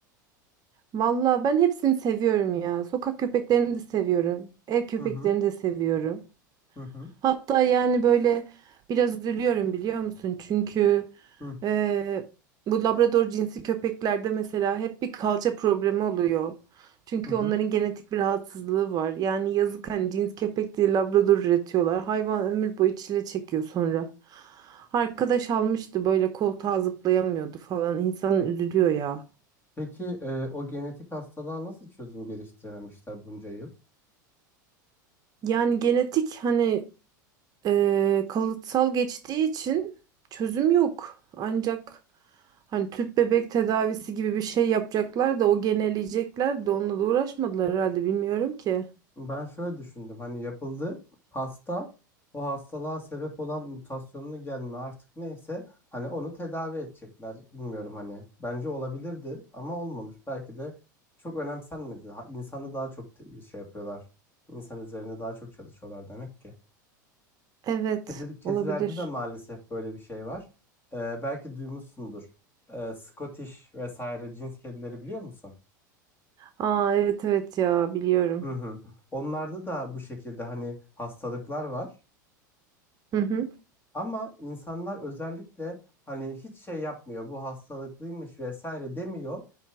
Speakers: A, on the right; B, on the left.
A: Valla ben hepsini seviyorum ya. Sokak köpeklerini de seviyorum. Ev köpeklerini
B: Hı hı
A: de seviyorum.
B: hı hı
A: Hatta yani böyle biraz üzülüyorum biliyor musun? Çünkü
B: hı
A: eee, bu Labrador cinsi köpeklerde mesela hep bir kalça problemi oluyor. Çünkü
B: hı. hı.
A: onların genetik bir rahatsızlığı var. Yani yazık hani cins köpek diye Labrador üretiyorlar. Hayvan ömür boyu çile çekiyor sonra. Arkadaş almıştı böyle koltuğa zıplayamıyordu falan. İnsan üzülüyor ya.
B: Peki e, o genetik hastalığa nasıl çözüm geliştirememişler bunca yıl?
A: Yani genetik hani Eee, kalıtsal geçtiği için çözüm yok. Ancak hani tüp bebek tedavisi gibi bir şey yapacaklar da o geneleyecekler de onunla da uğraşmadılar herhalde bilmiyorum ki.
B: Ben şöyle düşündüm hani yapıldı hasta o hastalığa sebep olan mutasyonlu gen mi artık neyse hani onu tedavi edecekler bilmiyorum hani bence olabilirdi ama olmamış belki de çok önemsenmedi Ha- insanı daha çok te- şey yapıyorlar insan üzerine daha çok çalışıyorlar demek ki
A: Evet,
B: Kedi, kedilerde
A: olabilir.
B: de maalesef böyle bir şey var Ee, belki duymuşsundur ee, Scottish vesaire cins kedileri biliyor musun?
A: Aa evet evet ya biliyorum.
B: Hı hı. Onlarda da bu şekilde hani hastalıklar var.
A: Hı hı.
B: Ama insanlar özellikle hani hiç şey yapmıyor bu hastalıklıymış vesaire demiyor.